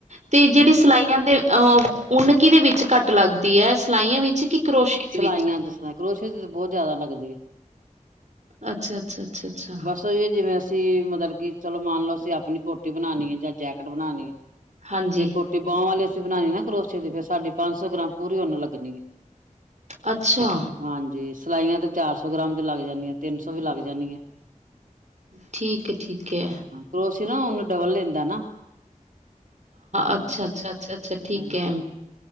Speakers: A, on the right; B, on the right.
A: ਤੇ ਜਿਹੜੀ
B: ਹਾਂ
A: ਸਿਲਾਈ ਦੇ ਅਹ ਉੱਨ ਕਿਹਦੇ ਵਿੱਚ ਘੱਟ ਲੱਗਦੀ ਹੈ, ਸਿਲਾਈਆਂ ਵਿੱਚ ਕਿ ਕਰੋਸ਼ੀਏ
B: ਸਿਲਾਈਆਂ
A: ਦੇ ਵਿੱਚ
B: ਚ ਸਲਾਈ ਕਰੋਸ਼ੀ ਦੀ ਬਹੁਤ ਜਿਆਦਾ ਲੱਗਦੀ ਹੈ।
A: ਅੱਛਾ, ਅੱਛਾ, ਅੱਛਾ, ਅੱਛਾ।
B: ਦੱਸੋਏ ਜਿਵੇਂ, ਅਸੀਂ ਮਤਲਬ ਕਿ ਚਲੋ ਮੰਨ ਲਓ, ਅਸੀਂ ਆਪਣੀ ਕੋਟੀ ਬਣਾਉਣੀ ਹੈ, ਜਾਂ ਜੈਕਟ ਬਣਾਉਣੀ ਹੈ।
A: ਹਾਂਜੀ
B: ਜੇ ਕੋਟੀ ਬਾਹਹ ਵਾਲੀ ਅਸੀਂ ਬਣਾਉਣੀ ਨਾ ਕਰੋਸੀ ਦੀ ਫੇਿਰ ਸਾਡੀ ਪੰਜ ਸੌ ਗ੍ਰਾਮ ਪੂਰੀ ਉਹਨੂੰ ਲੱਗਣੀ ਹੈ।
A: ਅੱਛਾ,
B: ਹਾਂਜੀ ਸਿਲਾਈਆਂ ਤੇ ਚਾਰ ਸੌ ਗ੍ਰਾਮ ਚ ਲੱਗ ਜਾਂਦੀਆ, ਤਿੰਨ ਸੋ ਵੀ ਲੱਗ ਜਾਣੀਆ।
A: ਠੀਕ ਹੈ ਠੀਕ ਹੈ,
B: ਕਰੋਸੀਆ ਨਾ ਉਹਨੂੰ ਡਬਲ ਲੈਂਦਾ ਨਾ, ਹਾਂ
A: ਅੱਛਾ, ਅੱਛਾ, ਅੱਛਾ, ਅੱਛਾ ਠੀਕ
B: ਹਾਂਜੀ
A: ਹੈ